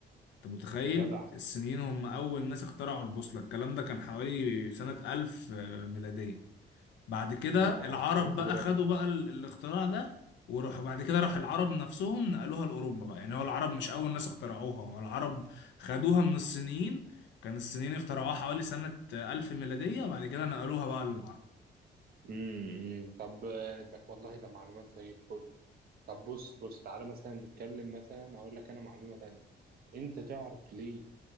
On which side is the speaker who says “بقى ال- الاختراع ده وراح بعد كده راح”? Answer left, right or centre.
Left